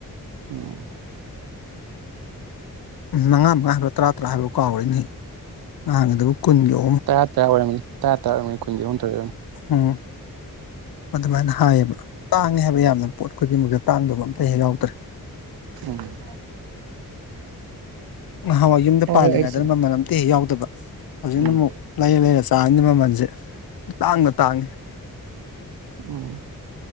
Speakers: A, on the right; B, on the left.
A: ꯎꯝ
B: ꯃꯉꯥ ꯃꯉꯥ ꯍꯥꯏꯕ꯭ꯔꯣ ꯇꯔꯥ ꯇꯔꯥ ꯍꯥꯏꯕ꯭ꯔꯣ ꯀꯥꯎꯔ‌ꯦꯅ‌ꯦ ꯅꯍꯥꯟꯒꯤꯗꯨꯕꯨ ꯀꯨꯟ ꯌꯣ
A: ꯇꯔꯥ ꯇꯔꯥ ꯑꯣꯏꯔꯝꯅꯤ ꯇꯔꯥ ꯇꯔꯥꯔꯝꯅꯤ ꯀꯨꯟꯒꯤ ꯑꯍꯨꯝ ꯇꯧꯔꯤ ꯑ‌ꯣꯏꯔꯝꯅꯤ
B: ꯎꯝ ꯑꯗꯨꯃꯥꯏꯅ ꯍꯥꯏꯌꯦꯕ ꯇꯥꯡꯉꯦ ꯍꯥꯏꯕ ꯌꯥꯝꯅ ꯄꯣꯠ ꯈꯨꯗꯤꯡꯃꯛꯇ ꯇꯥꯡꯗꯕ ꯑꯝꯇ ꯍꯦꯛ ꯌꯥꯎꯗ꯭ꯔꯦ
A: ꯎꯝ
B: ꯅꯍꯥꯟꯋꯥꯏ ꯌꯨꯝꯗ
A: ꯍꯣꯏ
B: ꯄꯥꯜꯂꯤꯉꯩꯗꯅ
A: ꯍꯣꯏ ꯑꯩꯁꯦ
B: ꯃꯃꯜ ꯑꯝꯇ ꯍꯦꯛ ꯌꯥꯎꯗꯕ ꯍꯧꯖꯤꯛꯅ
A: ꯎꯝ
B: ꯑꯃꯨꯛ ꯂꯩꯔ ꯂꯩꯔ ꯆꯥꯔꯃꯤꯅ ꯃꯃꯜꯁꯦ ꯏꯇꯥꯡꯗ ꯇꯥꯡꯉꯤ
A: ꯎꯝ